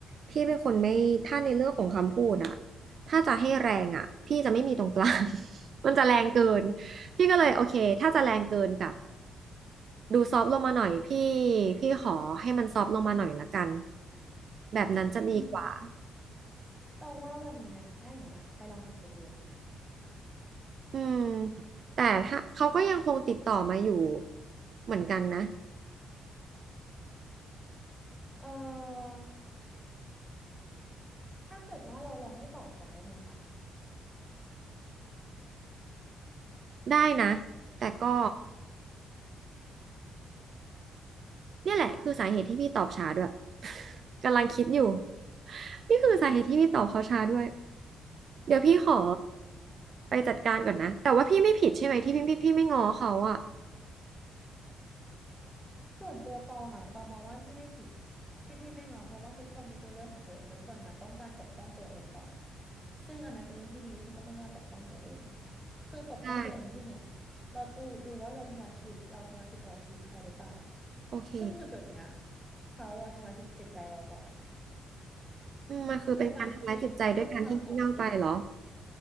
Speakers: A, on the right; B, in the centre.
A: พี่เป็นคนไม่ถ้าในเรื่องของคำพูดอะถ้าจะให้แรงอะพี่จะไม่มีตรงกลาง <laughs> มันจะแรงเกินพี่ก็เลยโอเคถ้าจะแรงเกินกับดูซอฟต์ลงมาหน่อยพี่พี่ขอให้มันซอฟต์ลงมาหน่อยละกันแบบนั้นจะดีกว่า
B: อือหือตองว่าวันนี้อะถ้าอย่างนั้นอะไปลองฝึกสกิลค่ะ
A: อืมแต่ถ้าเขาก็ยังคงติดต่อมาอยู่เหมือนกันนะ
B: เอ่อถ้าเกิดว่าเราลองไม่ตอบก่อนได้ไหมคะ
A: ได้นะแต่ก็ เนี่ยแหละคือสาเหตุที่พี่ตอบช้าด้วย <laughs> กำลังคิดอยู่นี่คือสาเหตุที่พี่ตอบเขาช้าด้วยเดี๋ยวพี่ขอไปจัดการก่อนนะแต่ว่าพี่ไม่ผิดใช่ไหมที่พี่พี่พี่ไม่ง้อเขาอ่ะ
B: ส่วนตัวตองอ่ะตองมองว่าพี่ไม่ผิดที่พี่ไม่งอเพราะว่าทุกคนมีตัวเลือกของตัวเองทุกคนน่ะต้องการปกป้องตัวเองก่อนซึ่งอันนั้นเป็นเรื่องที่ดีทุกคนต้องการปกป้องตัวเองคือปกป้องตัวเองในที่เนี่ย
A: ใช่
B: เราต้องดูว่าเราทำลายชีวิตเราทำลายจิตใจในชีวิตใครหรือเปล่า
A: โอเค
B: ซึ่งจุดๆเนี้ยเขาอะทำลายจิตจิตใจเราก่อน
A: อืมมันคือเป็นการทำร้ายจิตใจด้วยการที่งี่เง่าไปเหรอ
B: ด้วยการที่เพิ่มความท็อกซิก